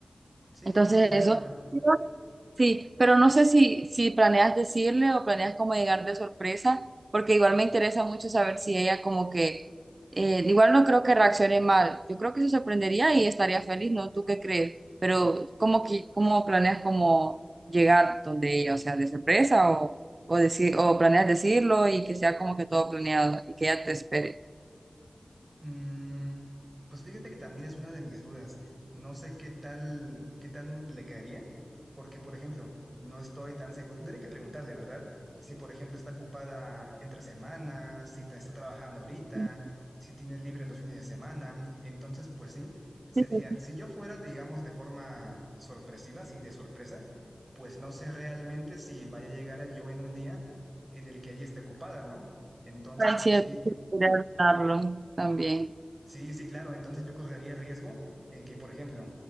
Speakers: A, on the right (about 35°); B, on the right (about 60°).
A: Sí,
B: Entonces
A: sí, claro.
B: eso. Sí, pero no sé si, si planeas decirle o planeas como llegar de sorpresa, porque igual me interesa mucho saber si ella como que, eh, igual no creo que reaccione mal, yo creo que se sorprendería y estaría feliz, ¿no? ¿Tú qué crees? Pero cómo que, ¿cómo planeas como llegar donde ella, o sea, de sorpresa o, o, decir, o planeas decirlo y que sea como que todo planeado y que ella te espere?
A: Mm, pues fíjate que también es una de mis dudas. No sé qué tal, qué tan le caería, porque, por ejemplo, no estoy tan seguro. Tendría que preguntarle, ¿verdad? Si, por ejemplo, está ocupada entre semanas, si ta- está trabajando ahorita,
B: Sí,
A: si tiene libre los fines de semana. Entonces, pues sí, sería,
B: sí, sí,
A: si yo fuera, digamos, de forma sorpresiva, así de sorpresa, pues no sé realmente si vaya a llegar yo en un día en el que ella esté ocupada, ¿no? Entonces,
B: es
A: pues
B: cierto,
A: sí.
B: hay que esperarlo también.
A: Sí, sí, claro. Entonces yo correría riesgo en que, por ejemplo,